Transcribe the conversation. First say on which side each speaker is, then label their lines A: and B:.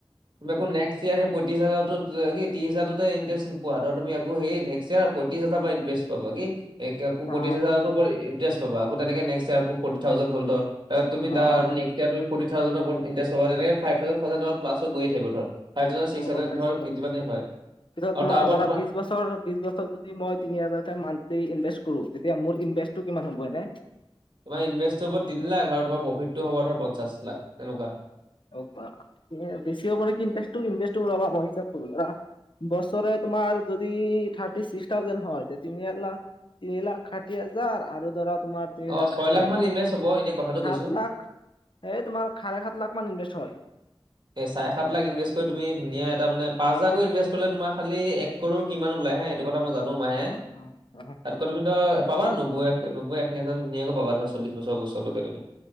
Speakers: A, on the right (about 55°); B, on the left (about 60°).
A: তুমি আকৌ নেক্সট ইয়েৰ সেই পঁয়ত্ৰিছ হাজাৰতো কি ত্ৰিছ হাজাৰতোতে ইণ্টাৰেষ্ট নোপোৱা ধৰ তুমি আকৌ সেই নেক্সট ইয়েৰ পঁয়ত্ৰিছ হাজাৰ পৰা ইন্টাৰেষ্ট পাবা কি এক আকৌ পয়ত্ৰিছ
B: অ
A: হাজাৰৰ ওপৰত ইণ্টাৰেষ্ট পাব আকৌ তেনেকে নেক্সট ইয়েৰ আকৌ ফৰ্টি থাউজেণ্ড হল ধৰ অ তুমি তাৰ
B: অ অ
A: নেক্সট ফৰৰ্টি থাউজেণ্ড ৰ ওপৰত ইন্টাৰেষ্ট পাবা তেনেকে five thousand five thousand plus হৈ গৈয়ে থাকিব ধৰ ফাইভ থাউজেণ্ড চিক্স
B: অ
A: হানন্ডেড
B: গম পাইছো গম
A: ধৰ যিমানেই
B: পাইছো
A: হয়
B: পিছত
A: আৰু
B: তোমাৰ
A: তাৰ ওপৰত
B: ধৰা বিশ বছৰ ধৰ বিশ বছৰ যদি মই তিনি হাজাৰকে মান্থলি ইনভেষ্ট কৰো তেতিয়া মোৰ ইনভেষ্টটো কিমান হ'ব এনেই
A: তোমাৰ ইনভেষ্ট হ'ব তিনি লাখ আৰু তোমাৰ প্ৰফিতটো হ'ব ধৰ পঞ্চাশ লাখ তেনেকুৱা
B: অ বা বেছি হব নেকি ইনভেষ্ট টো ৰবা মই হিচাপ কৰো বছৰে তোমাৰ যদি থাৰ্টি ছিক্স থাউজেণ্ড হয় তে তিনি লা তিনি লাখ ষাঠি হাজাৰ আৰু ধৰা তোমাৰ তিনি
A: অ
B: লাখ
A: ছয়
B: ষাঠি হাজাৰ
A: মান ইনভেষ্ট হ'ব এনেই কথাটো
B: সাত
A: কৈছো
B: লাখ এই তোমাৰ চাৰে সাত লাখ মান ইনভেষ্ট হয়
A: এই চাৰে সাত লাখ ইনভেষ্ট কৰি তুমি ধুনীয়া এটা মানে পাঁচ হাজাৰকৈ ইনভেষ্ট কৰিলে তোমাৰ খালি এক কৰোৰ কিমান ওলাই হে এই কথা মই জানো মাহে
B: অ অ অ
A: তাতকৈ তুমি ধৰ পাবা নব্বৈ নবৈ আশী হাজাৰ ধুনীয়াকৈ পাবা ধৰ চল্লিশবছৰ বছৰলৈকে তুমি